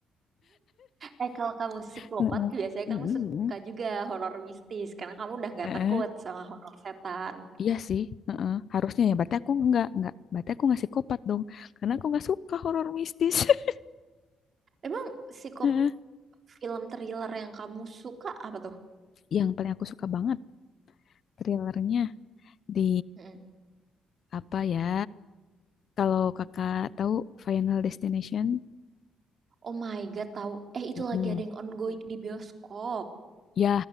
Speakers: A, on the right; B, on the left.
A: eh kalau kamu psikopat
B: <laughs> Mm-mm.
A: biasanya
B: Mm-mm.
A: kamu suka juga horor mistis karena kamu udah nggak
B: Heeh.
A: takut sama horor setan
B: Iya sih, heeh. Harusnya ya. Berarti aku nggak, nggak. Berarti aku ngasih kopat dong. Karena aku nggak suka horor mistis. <laughs>
A: emang psikop
B: Heeh.
A: film thriller yang kamu suka apa tuh
B: Yang paling aku suka banget thrillernya di
A: Mm.
B: apa ya? Kalau kakak tahu Final Destination,
A: Oh my God, tahu. Eh, itu
B: Mm-mm.
A: lagi ada yang ongoing di bioskop.
B: ya